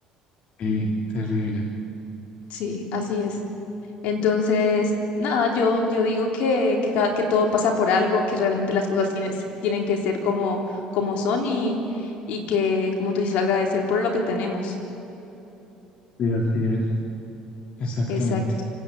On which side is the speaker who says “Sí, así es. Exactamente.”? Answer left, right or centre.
Left